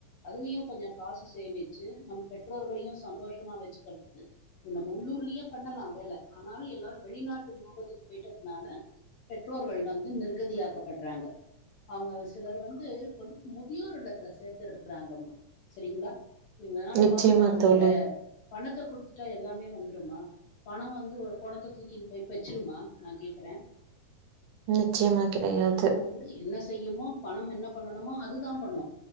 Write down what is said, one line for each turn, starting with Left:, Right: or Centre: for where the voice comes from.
Left: அதுலயு கொஞ்சோ காசு சேமிச்சு நம்ம பெற்றோர்களையு சந்தோஷமா வச்சுக்கறதுக்கு நம்ம உள்ளூர்லயே பண்ணலா வேல ஆனாலு எல்லாரு வெளிநாட்டு மொகத்துக்கு போயிட்டங்னால பெற்றோர்கள் வந்து நிர்கதியாக்கப்படறாங்க அவங்க சிலர் வந்து கொண்டு முதியோர் இல்லத்துல சேத்தறாங்கம்மா சரிங்களா என்னால
Right: நிச்சயமா
Left: பாத்துக்க முடியல
Right: தோழி.
Left: பணத்த குடுத்துட்டா எல்லாமே வந்துருமா பணோ வந்து ஒரு பொணத்த தூக்கின்னு போய் பெச்சிருமா நா கேக்குறே
Right: நிச்சயமா கிடையாது.
Left: அ அ அ பணோ வந்து என்ன செய்யுமோ பணம் என்ன பண்ணணுமோ அதுதா பண்ணு